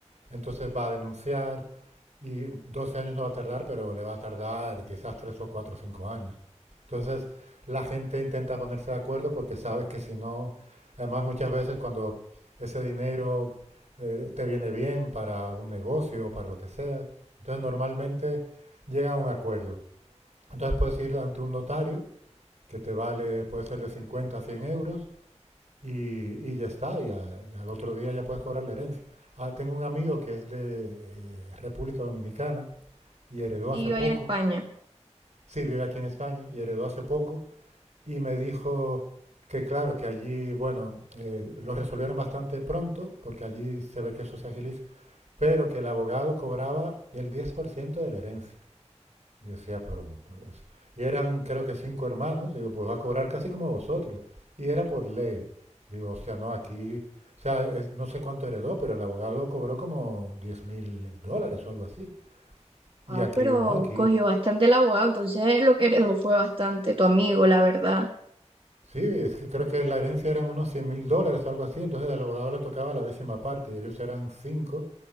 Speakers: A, on the right; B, on the right.
A: entonces va a denunciar y 12 años no va a tardar, pero le va a tardar quizás 3 o 4 o 5 años. Entonces la gente intenta ponerse de acuerdo porque sabes que si no, además muchas veces cuando ese dinero eh, te viene bien para un negocio o para lo que sea, entonces normalmente llega a un acuerdo. Entonces puedes ir ante un notario que te vale, puede ser de 50 a 100 euros y, y ya está, y, a- y al otro día ya puedes cobrar la herencia. Ah, tengo un amigo que es de eh, República Dominicana y heredó hace
B: Y yo
A: poco,
B: ahí en España.
A: sí, vive aquí en España y heredó hace poco y me dijo que claro, que allí, bueno, eh, lo resolvieron bastante pronto porque allí se ve que eso se agiliza, pero que el abogado cobraba el 10% de la herencia. Y yo decía, pero... pues, y eran, creo que cinco hermanos. Digo, pues va a cobrar casi como vosotros. Y era por ley. Digo, o sea, no aquí... O sea, es- no sé cuánto heredó, pero el abogado cobró como 10 mil dólares o algo así. Y
B: Wow,
A: aquí
B: pero
A: digo, no, aquí.
B: cogió bastante el abogado, entonces lo que heredó fue bastante tu amigo, la verdad.
A: Sí, es que creo que la herencia eran unos 100 mil dólares o algo así. Entonces al abogado le tocaba la décima parte y ellos eran cinco.